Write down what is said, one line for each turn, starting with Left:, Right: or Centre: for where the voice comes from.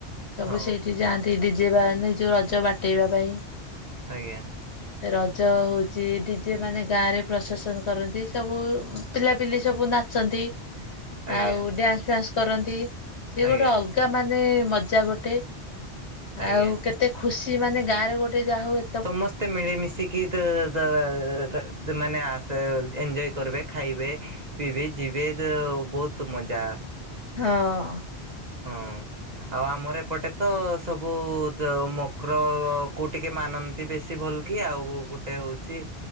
Left: ସବୁ
Right: ହଁ
Left: ସେଇଠି ଯାଆନ୍ତି ଡିଜେ ବା ନି ଯୋଉ ରଜ ବାଟେଇବା ପାଇଁ।
Right: ଆଜ୍ଞା।
Left: ରଜ ହଉଚି ଡିଜେ ମାନେ ଗାଁ ରେ ପ୍ରଶସନ କରନ୍ତି। ସବୁ ପିଲାପିଲି ସବୁ ନାଚନ୍ତି,
Right: ଆଜ୍ଞା
Left: ଆଉ ଡ୍ୟାନ୍ସ ଫ୍ୟାନ୍ସ କରନ୍ତି। ସେ
Right: ଆଜ୍ଞା
Left: ଗୋଟେ ଅଲଗା ମାନେ ମଜା ଗୋଟେ।
Right: ଆଜ୍ଞା।
Left: ଆଉ କେତେ ଏତେ ଖୁସି ମାନେ, ଗାଁରେ ଗୋଟେ ଯା ହଉ ଏ
Right: ସମସ୍ତେ ମିଳିମିଶିକି ତ <unintelligible> ମାନେ ଆସ ଏଞ୍ଜୟ କରିବେ ଖାଇବେ ପିିବି ଯିବେ ତ ବହୁତ ମଜା ହ
Left: ହଁ।
Right: ହଁ ଆଉ ଆମର ଏପଟେ ତ- ସବୁ ଦ -ମକରକୁ ଟିକେ ମାନନ୍ତି ବେଶୀ ଭଲ୍ କି ଆଉ ଗୋଟେ ହେଉଛି।